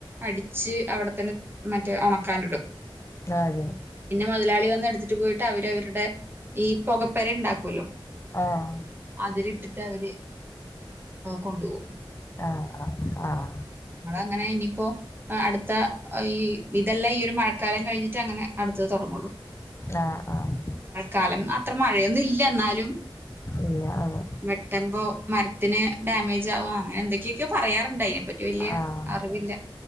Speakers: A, on the right; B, on the left.
A: അടിച്ച് അവിടെ തന്നെ മറ്റേ ഉണക്കാനിടും
B: അതെ
A: മുതലാളി വന്ന് എടുത്തിട്ട് പോയിട്ട് അവര അവരുടെ ഈ പുകപ്പെര ഉണ്ടാക്കല്ലോ
B: ആഹ
A: അതിരി ഇട്ടിട്ട് അവര് കൊണ്ടുപോവും
B: ആഹ ആ് ആഹ
A: അങ്ങനെ ഇനിയിപ്പോ അടുത്ത ഇഹ് ഇതല്ല ഈ ഒരു മഴക്കാലം കഴിഞ്ഞിട്ട് അങ്ങനെ അടുത്തത് തൊടങ്ങുവൊള്ളൂ
B: ആഹ് ആഹ്
A: കാലം അത്ര മഴയൊന്നും ഇല്ല എന്നാലും
B: ഇല്ല അതെ.
A: വെട്ടുമ്പോ മരത്തിന് ഡാമേജ് ആവാ അങ്ങനെ എന്തൊക്കെയൊക്കെയ പറയാറുണ്ട് അതിനെപ്പറ്റി വല്യ
B: ആഹ്
A: അറിവില്ല